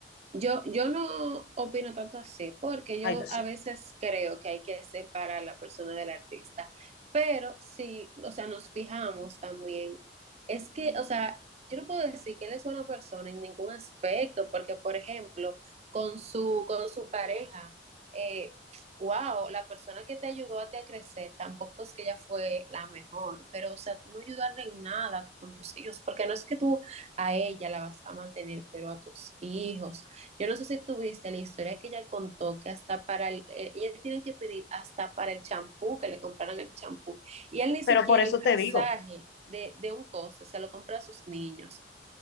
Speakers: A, on the right (about 35°); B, on the left (about 65°).
A: Yo, yo no opino tanto así, porque yo
B: Ay, yo sé.
A: a veces creo que hay que separar la persona del artista, pero si, o sea, nos fijamos también, es que, o sea, yo no puedo decir que él es una persona en ningún aspecto, porque, por ejemplo, con su, con su pareja, eh, wow, la persona que te ayudó a ti a crecer, tampoco es que ella fue la mejor, pero, o sea, tú no ayudarle en nada con tus hijos, porque no es que tú a ella la vas a mantener, pero a tus hijos, yo no sé si tuviste la historia que ella contó que hasta para el, eh, ella tienen que pedir hasta para el champú, que le compraran el champú. Y él ni
B: Pero
A: siquiera
B: por eso
A: el pasaje
B: te digo,
A: de, de un coste se lo compra a sus niños.